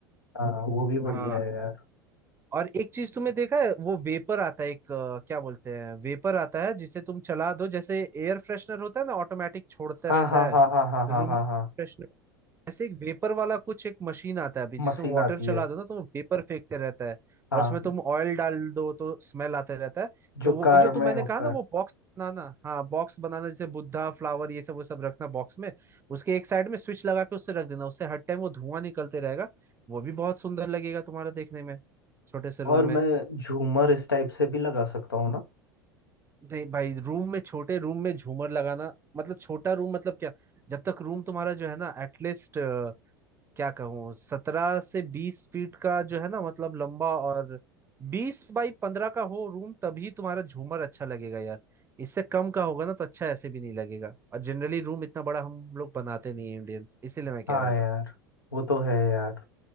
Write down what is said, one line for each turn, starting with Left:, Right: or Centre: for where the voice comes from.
Left: हाँ हाँ, वो भी बढ़िया
Right: हाँ
Left: है यार
Right: और एक चीज तुमने देखा है वो वेपर आता है एक अ, क्या बोलते हैं वेपर आता है जिसे तुम चला दो जैसे एयर फ्रेशनर होता है ना ऑटोमेटिक छोड़ता
Left: हाँ
Right: रहता
Left: हाँ
Right: है
Left: हाँ हाँ हाँ हाँ
Right: रूम
Left: हाँ हाँ
Right: में ऐसे एक वेपर वाला कुछ एक मशीन आता है अभी
Left: मशीन
Right: जिसमें वाटर
Left: आती
Right: चला
Left: है
Right: दो ना तो वो वेपर फेंकते रहता है
Left: हाँ
Right: और उसमें तुम ऑयल डाल दो तो स्मेल आते रहता है
Left: जो
Right: तो वो
Left: कार
Right: जो तुम
Left: में
Right: मैंने
Left: होता
Right: कहा ना वो
Left: है
Right: बॉक्स बनाना हाँ बॉक्स बनाना जैसे बुद्धा फ्लावर ये सब वो सब रखना बॉक्स में उसके एक साइड में स्विच लगा के उससे रख देना उससे हर टाइम वो धुआं निकलते रहेगा वो भी बहुत सुंदर लगेगा तुम्हारा देखने में छोटे से रूम
Left: और
Right: में
Left: मैं झूमर इस टाइप से भी लगा सकता हूँ ना
Right: नहीं भाई रूम में छोटे रूम में झूमर लगाना मतलब छोटा रूम मतलब क्या जब तक रूम तुम्हारा जो है ना एटलीस्ट क्या कहूँ सत्रह से बीस फीट का जो है ना मतलब लंबा और बीस बाई पंद्रह का हो रूम तभी तुम्हारा झूमर अच्छा लगेगा यार इससे कम का होगा ना तो अच्छा ऐसे भी नहीं लगेगा और जनरली रूम इतना बड़ा हम लोग बनाते नहीं है इंडियंस इसीलिए मैं कह
Left: हाँ
Right: रहा
Left: यार
Right: था
Left: वो तो है यार